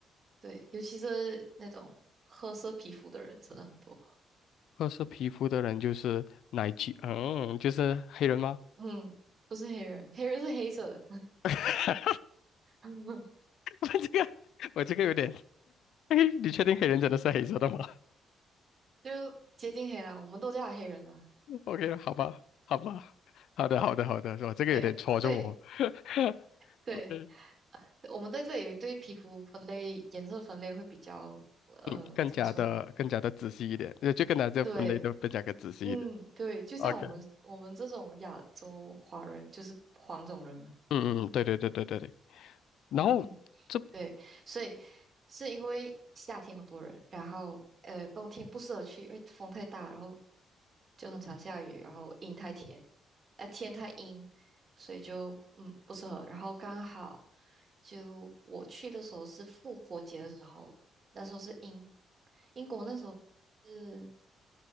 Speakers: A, on the right; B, on the left.
A: 对，尤其是那种褐色皮肤的人真的很多。
B: 褐色皮肤的人就是奶居，嗯，就是黑人吗？
A: 嗯，不是黑人，黑人是黑色，
B: <laughs>
A: <laughs>
B: 我这个我这个有点，<laughs> 嘿，你确定黑人真的是黑色的吗？
A: 就接近黑啦，我们都叫他黑人啦。
B: OK，好吧，好吧，好的，好的，好的，是吧？这个有点戳中我。
A: 对对
B: <laughs>
A: 对，
B: OK，
A: 啊我们在这里对皮肤分类、颜色分类会比较，呃，
B: 嗯，更加的更加的仔细一点，
A: 怎么说？
B: 就就更加就分类的更加的仔细一点。
A: 对，嗯，对，就像我们我们这种亚洲华人就是黄种人嘛。
B: OK，嗯嗯，嗯对对对对对对。然后这，
A: 嗯。对，所以是因为夏天很多人，然后呃冬天不适合去，因为风太大，然后就很常下雨，然后阴太天，呃天太阴，所以就嗯不适合。然后刚好就我去的时候是复活节的时候，那时候是英英国那时候是